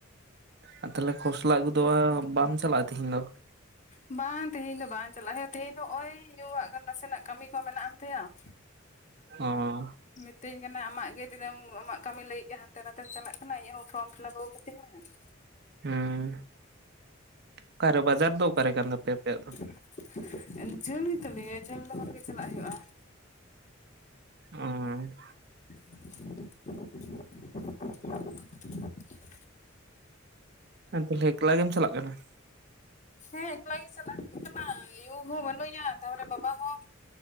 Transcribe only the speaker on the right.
ᱟᱨ ᱛᱟᱦᱚᱞᱮ ᱠᱷᱚᱥᱞᱟ ᱟᱹᱜᱩ ᱫᱚ ᱵᱟᱢ ᱪᱟᱞᱟᱜ-ᱟ ᱛᱮᱦᱤᱧ ᱫᱚ ᱾
ᱦᱚᱸ
ᱦᱩᱸ ᱚᱠᱟᱨᱮ ᱵᱟᱡᱟᱨ ᱫᱚ ᱚᱠᱟᱨᱮ ᱠᱟᱱ ᱛᱟᱯᱮᱭᱟ ᱟᱯᱮᱭᱟᱜ ᱫᱚ ᱾
ᱚᱸ
ᱦᱮᱸ ᱛᱟᱦᱚᱞᱮ ᱮᱠᱞᱟ ᱜᱮᱢ ᱪᱟᱞᱟᱜ ᱠᱟᱱᱟ ᱾